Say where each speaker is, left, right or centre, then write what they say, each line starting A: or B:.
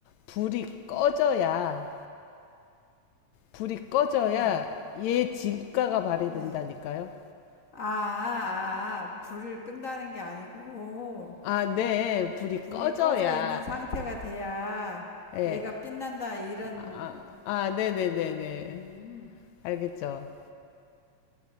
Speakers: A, on the left; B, on the left.
A: 불이 꺼져야 불이 꺼져야
B: 네,
A: 얘 진가가 발휘된다니까요.
B: 네. 아, 아, 아, 아, 불을 끈다는 게 아니고,
A: 아, 네. 불이
B: 불이
A: 꺼져야
B: 꺼져 있는 상태가 돼야
A: 예.
B: 얘가 빛난다, 이런,
A: 아, 아, 네네네네.
B: 음,
A: 알겠죠.